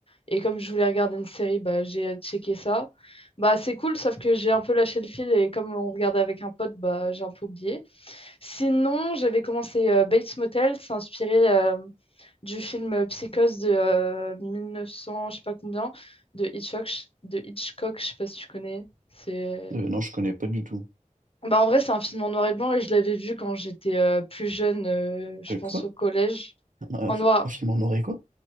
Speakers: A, on the left; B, on the right.
A: Et comme je voulais regarder une série, bah, j'ai checké ça. Bah, c'est cool, sauf que j'ai un peu lâché le fil et comme on regardait avec un pote, bah, j'ai un peu oublié. Sinon, j'avais commencé euh, Bates Motel, c'est inspiré euh, du film Psychose de euh, 1900, je sais pas combien, de Hitchcock, de Hitchcock, je sais pas si tu connais. C'est...
B: Euh, non, je connais pas du tout.
A: Bah, en vrai, c'est un film en noir et blanc et je l'avais vu quand j'étais euh, plus jeune, euh, je
B: Euh,
A: pense
B: quoi?
A: au collège,
B: <laughs> Un,
A: en noir,
B: un film en noir et quoi?